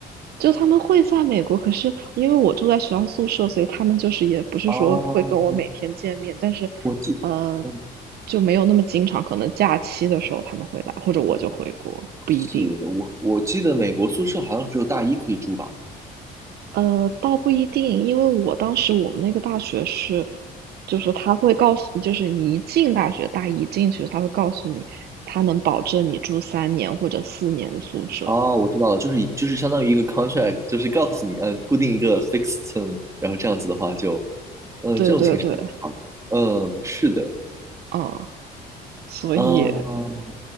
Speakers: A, on the right; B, on the right.
A: 就他们会在美国，可是因为我住在学校宿舍，所以他们就是也不是说会跟我每天见面，
B: 啊，
A: 但是，
B: 我记，
A: 呃，
B: 嗯，
A: 就没有那么经常，可能假期的时候他们会来，或者我就回国，
B: 我
A: 不一定。
B: 记我我记得美国宿舍好像只有大一可以住吧。
A: 呃，倒不一定，因为我当时我们那个大学是，就是他会告诉，就是你一进大学，大一进去，他会告诉你，他能保证你住三年或者四年的宿舍。
B: 哦，我知道了，就是就是相当于一个 contract，就是告诉你，嗯，固定一个 fixed term，然后这样子的话就，嗯，
A: 对对对，
B: 这种形式好的，嗯，是的，
A: 嗯，所以
B: 嗯，